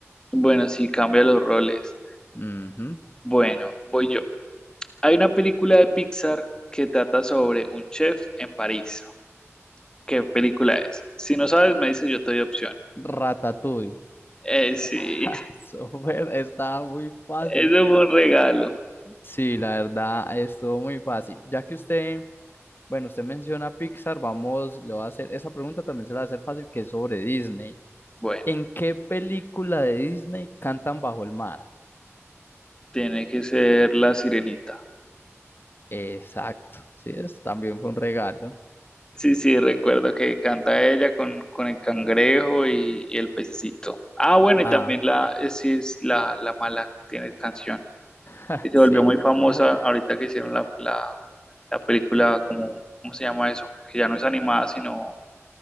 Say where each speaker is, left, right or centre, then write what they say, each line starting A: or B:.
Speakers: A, on the left; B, on the left.
A: Bueno, sí, cambia los roles.
B: Ujú.
A: Bueno, voy yo. Hay una película de Pixar que trata sobre un chef en París. ¿Qué película es? Si no sabes, me dices, yo te doy opciones.
B: Ratatouille.
A: Eh, sí,
B: <laughs>
A: <laughs>
B: Súper, estaba muy fácil.
A: eso fue un regalo.
B: Sí, la verdad, estuvo muy fácil. Ya que usted, bueno, usted menciona Pixar, vamos, le voy a hacer, esa pregunta también se la va a hacer fácil, que es sobre Disney.
A: Bueno,
B: ¿En qué película de Disney cantan bajo el mar?
A: tiene que ser La Sirenita.
B: Exacto, sí, es, también fue un regalo.
A: Sí, sí, recuerdo que canta ella con, con el cangrejo y, y el pececito. Ah, bueno,
B: Ah,
A: y también la, eh, sí, es la, la mala, tiene canción.
B: <laughs>
A: Y se
B: Sí,
A: volvió muy
B: es
A: famosa
B: como...
A: ahorita que hicieron la, la, la película, como, ¿cómo se llama eso? Que ya no es animada, sino